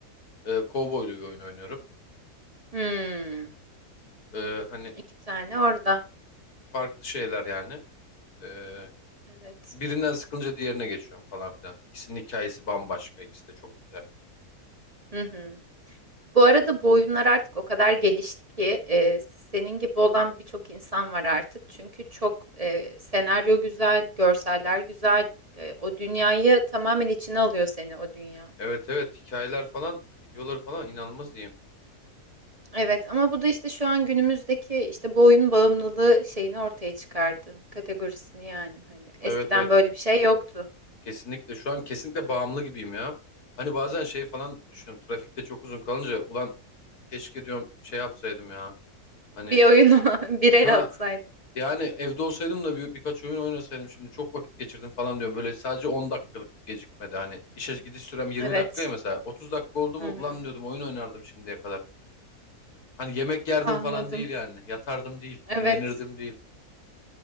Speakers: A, on the left; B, on the right.
A: e, kovboylu bir oyun oynuyorum.
B: Hmm,
A: E, hani
B: iki tane orada.
A: farklı şeyler yani. E,
B: Evet.
A: birinden sıkılınca diğerine geçiyorum falan filan. İkisinin hikayesi bambaşka. İkisi de çok güzel.
B: Hı hı. Bu arada bu oyunlar artık o kadar gelişti ki e, senin gibi olan birçok insan var artık. Çünkü çok e, senaryo güzel, görseller güzel. e, o dünyayı tamamen içine alıyor seni o dünya.
A: Evet evet hikayeler falan, videoları falan inanılmaz iyi.
B: Evet ama bu da işte şu an günümüzdeki işte bu oyun bağımlılığı şeyini ortaya çıkardı. Kategorisini yani. Hani eskiden
A: Evet evet
B: böyle bir şey yoktu.
A: kesinlikle. Şu an kesinlikle bağımlı gibiyim ya. Hani bazen şey falan düşünüyorum. Trafikte çok uzun kalınca ulan Keşke diyorum şey yapsaydım ya. Hani
B: Bir oyunu <laughs> bir
A: ha
B: el atsaydın.
A: yani evde olsaydım da bir, birkaç oyun oynasaydım şimdi çok vakit geçirdim falan diyorum. Böyle sadece 10 dakikalık gecikmedi hani işe gidiş sürem 20
B: Evet.
A: dakikaya mesela 30 dakika oldu mu
B: Hı hı.
A: ulan diyordum oyun oynardım şimdiye kadar. Hani yemek yerdim
B: Anladım.
A: falan değil yani yatardım değil
B: Evet.
A: dinlenirdim değil.